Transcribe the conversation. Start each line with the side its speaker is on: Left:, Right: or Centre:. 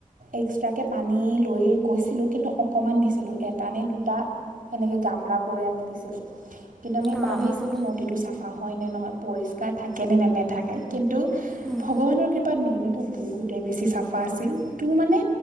Right: এক্সট্ৰাকে পানী লৈ গৈছিলোঁ কিন্তু অকণমান নিছিলোঁ এটা নে দুটা এনেকে গামলা কৰি আমি নিছিলোঁ। কিন্তু আমি
Centre: অঁ
Right: ভাবি আছিলোঁ
Centre: অঁ
Right: নদীটো চাফা। হয়নে নহয় পৰিষ্কাৰ থাকেনে নে নেথাকে। টো
Centre: উম
Right: ভগৱানৰ কৃপাত ন য। তোৰ বহুতেই বেছি চাফা আছিল তোৰ মানে।